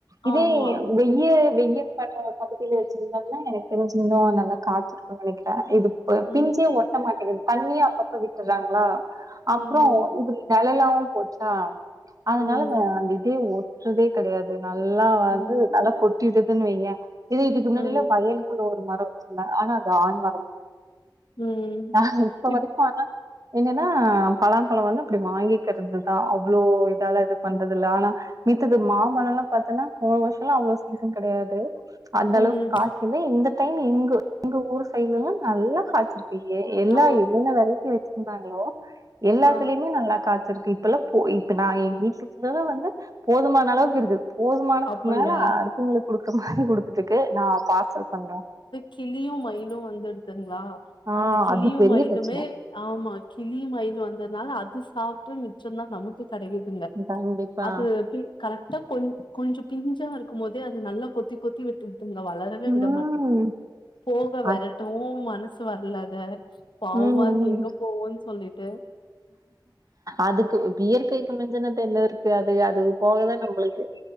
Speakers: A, on the right (about 45°); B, on the left (about 80°).
A: இதே
B: ஆமா.
A: வெய்ய வெய்ய ப பகுதியில வெச்சிருந்தாங்கன்னா எனக்கு தெரிஞ்சி இன்னு நல்லா காத்திருக்கு நெனைக்க இது அ
B: ம்.
A: பிஞ்சே ஒட்ட மாட்டேங்குது தண்ணியா அப்பப்ப விட்டுறாங்ளா
B: ம்.
A: அப்றோ இப்டி நெழலாவு போச்சா அதனால
B: ம்.
A: அ அந்த இதே வெட்றதே கெடையாது நல்லா
B: ம்.
A: வந்து நல்லா கொட்டிடுதுன்னு வையே இது இதுக்கு முன்னாடில்ல
B: ம்.
A: வயல் குள்ள ஒரு மரோ வெச்சிருந்தங்க ஆனா அது ஆண் மரோ
B: ம்
A: ஆ இப்ப
B: இப்
A: வரைக்கும் அதா என்னன்னா பலாப்பழம் வந்து அப்டி வாங்கிக்கறதுதா அவ்ளோ இதாலா இது பண்றதுல்ல ஆனா மித்தது மாம்பழல்லா பாத்தன்னா போன வருஷோல அவ்ளோ இன்கம் கெடையாது அந்த
B: ம்.
A: அளவுக்கு காசுமே இந்த டைம் எங்க எங்க ஊரு சைட்ல்லல்லா நல்லா காச்சிருக் இப்ப எ எல்லா
B: ஆ.
A: என்னென்ன வெரைட்டி வச்சிருந்தாங்களோ எல்லாத்துலயுமே
B: ஆ.
A: நல்லா காச்சிருக்கு இப்பல்லா போயி இப்ப நா எங்க வீட்ல சின்னதா வந்து போதுமான அளவுக்கு இருக்கு போதுமானத்துக்கு
B: அப்படியா?
A: மேல அடுத்தவங்களுக்கு குடுக்க மாரி குடுத்துருக்கு நா பார்சல் பண்ற
B: கிளியு மயிலு வந்துருதுங்களா
A: ஆ
B: அந்த கிளியு
A: அது பெரிய
B: மயிலுமே
A: பிரச்சனை.
B: ஆமா கிளியு மயில் வந்ததுனால அது சாப்ட்டு மிச்சதா நமக்கு கெடைக்குது இல்ல
A: கண்டிப்பா.
B: அது ஒரு டி கரக்டா கொ கொஞ்சம் பிஞ்சா இருக்கும் போதே அது நல்லா கொத்தி கொத்தி வி ட்டுதுங்க வளரவே விட
A: ம்.
B: மாட்டிங்கிதுங்க போக வெர
A: அ
B: ட்டவு மனசு வரல அத பாவமா
A: ம்,
B: இருக்கு
A: ம்.
B: எங்க போவோன்னு சொல்லிட்டு
A: அதுக்கு இயற்கைக்கு மிஞ்சனதென்ன இருக்கு அது அது போகதா நம்மளுக்கு